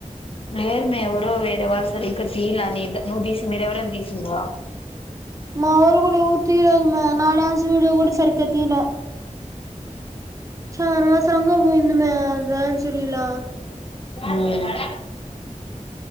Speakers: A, on the left (about 45°); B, on the right (about 25°).
A: లేదమ్మా ఎవరో వేరేవాళ్ళు సరిగ్గా తీయలే నీ నువ్ తీసి మీరెవరన్న తీసారా
B: <inaudible> మావోల్లు గూడ ఎవరు తీయలే మా నా డాన్స్ వీడియో గూడ సరిగ్గా తీయలే చా అనవసరంగా పోయింది మా డాన్స్ రీల్
A: మ్మ్ హ్